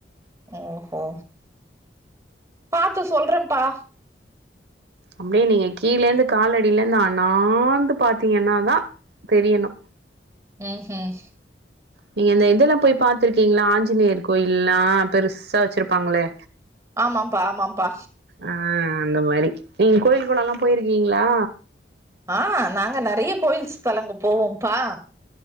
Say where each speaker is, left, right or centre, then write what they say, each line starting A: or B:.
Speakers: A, on the right; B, on the right.
A: ஓஹோ பாத்து சொல்றம்ப்பா
B: அப்டியே நீங்க கீழே இந்து காலடிலந்து அனாந்து பாத்தீங்கன்னாதா தெரியணு
A: ம் ம்
B: நீங்க இந்த இதெல்லா போய் பாத்துருக்கீங்ளா ஆஞ்சநேயர் கோயில்லா பெருசா வச்சிருப்பாங்களே
A: ஆமாப்பா ஆமாப்பா
B: ஆ அந்த மாரி நீங்க கோயில் கொளலா போயிருக்கீங்ளா
A: ஆ நாங்க நெறைய்ய கோயில் ஸ்தலங்கள் போவோம்பா